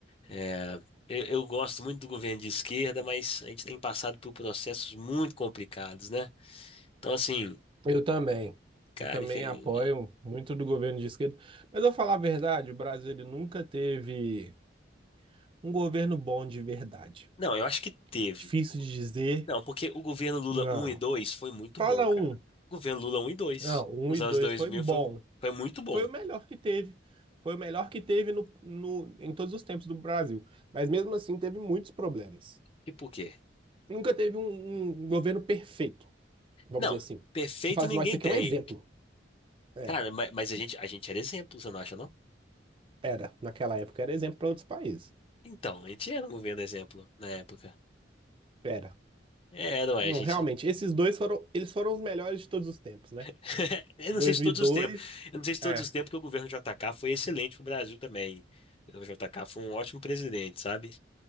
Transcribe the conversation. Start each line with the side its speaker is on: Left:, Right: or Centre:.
Left: É, eu, eu gosto muito do governo de esquerda, mas a gente tem passado por processos muito complicados, né? Então, assim,
Right: Eu também.
Left: cara,
Right: Eu também
Left: infel-
Right: apoio muito do governo de esquerda. Mas eu falar a verdade, o Brasil ele nunca teve um governo bom de verdade.
Left: não, eu acho que teve.
Right: Difícil de dizer,
Left: Não, porque o governo Lula
Right: não.
Left: um e 2 foi muito
Right: Fala
Left: bom, cara.
Right: um.
Left: O governo Lula um e 2,
Right: Não, um
Left: nos
Right: e dois
Left: anos dois
Right: foi
Left: mil
Right: bom.
Left: foi, foi muito bom.
Right: Foi o melhor que teve. Foi o melhor que teve no, no, em todos os tempos do Brasil. Mas mesmo assim teve muitos problemas.
Left: E por quê?
Right: Nunca teve um, um governo perfeito, vamos
Left: Não,
Right: dizer assim.
Left: perfeito
Right: Você fala assim,
Left: ninguém
Right: nossa, isso aqui
Left: tem.
Right: é um exemplo. É.
Left: Cara, ma- mas, a gente, a gente era exemplo, você não acha, não?
Right: Era, naquela época era exemplo para outros países.
Left: Então, a gente era um governo exemplo na época.
Right: Era.
Left: É, não é,
Right: Não,
Left: a gente...
Right: realmente, esses dois foram, eles foram os melhores de todos os tempos, né?
Left: <laughs> Eu
Right: dois
Left: não sei se
Right: mil
Left: todos
Right: e dois
Left: os tempos. Eu não sei se todos
Right: é,
Left: os tempos que o governo JK foi excelente pro Brasil também. O JK foi um ótimo presidente, sabe?